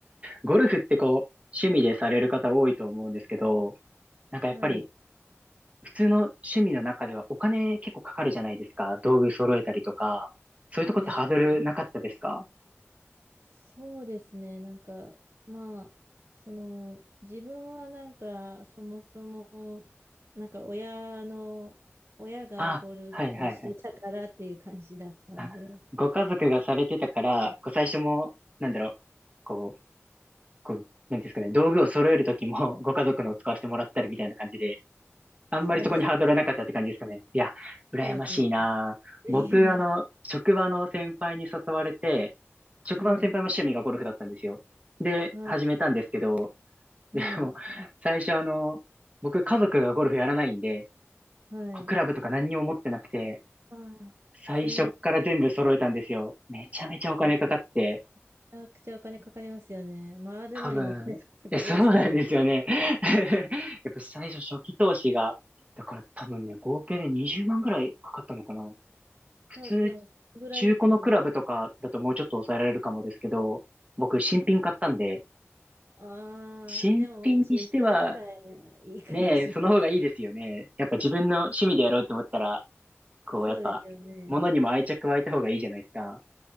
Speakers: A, on the right; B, on the right.
A: ゴルフってこう、趣味でされる方多いと思うんですけど、なんかやっぱり
B: はい。
A: 普通の趣味の中ではお金結構かかるじゃないですか。道具揃えたりとか。そういうとこってハードルなかったですか
B: そうですね。そうですね。なんか、まあ、その、自分はなんか、そもそも、なんか親の、親がゴルフしてたからっていう感じだったんで、
A: あ、はいはいはい。あ、ご家族がされてたから、こう最初も、なんだろう、こう、こう、なんていうんですかね、道具を揃えるときもご家族のを使わせてもらったりみたいな感じであんまりそこにハードルはなかったって感じですかね。
B: そうです。
A: いや、羨ましいな僕、
B: そうですね。いや、
A: あの、職場の先輩に誘われて、職場の先輩も趣味がゴルフだったんですよ。
B: はい、
A: で、
B: はい、
A: 始めたんですけど、
B: はい、
A: でも、最初あの、僕家族がゴルフやらないんで、
B: はい。
A: こうクラブとか何にも持ってなくて、
B: ああ、
A: 最初から全部揃えたんですよ。
B: それは、
A: めちゃめちゃお金かかって、
B: あー、めちゃくちゃお金かかりますよね。回るのにもお金かかりますけど。
A: 多分、いや、そうなんですよね。
B: <laughs>
A: <laughs> やっぱ最初初期投資が、だから多分ね、合計で20万ぐらいかかったのかな。普通、
B: と、でも、そのぐらいですよね。
A: 中古のクラブとかだともうちょっと抑えられるかもですけど、僕、新品買ったんで、
B: ああ、
A: 新品にしては、
B: でも、まあ、新品の方がいいかもしれな
A: ね、その方がいいですよね。やっぱ自分の趣味でやろうと思ったら、こう、
B: い。そうですよね。
A: やっぱ、物にも愛着湧いた方がいいじゃないですか。